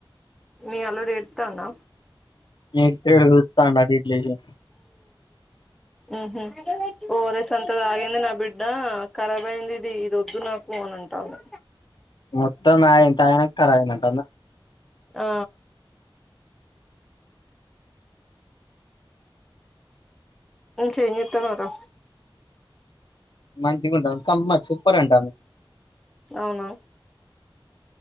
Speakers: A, in the centre; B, on the left.
A: మీ అల్లుడు ఏడుత్తాండా
B: నేక్ పిరియడు చూత్తాండు అటు ఇటు లేచి
A: మ్మ్ఉహ్మ్ ఓఆర్ఎస్ అంత తాగింది నా బిడ్డ కరాబ్ అయింది ఇది ఇది వద్దు నాకు అని అంటంది
B: మొత్తం తాగి తాగినంక కరబ్ అయింది అంట
A: ఆ ఏం చేత్తాన్నావ్ రా
B: మంచిగుంటది కమ్మ సూపర్ అంటాంది
A: అవునా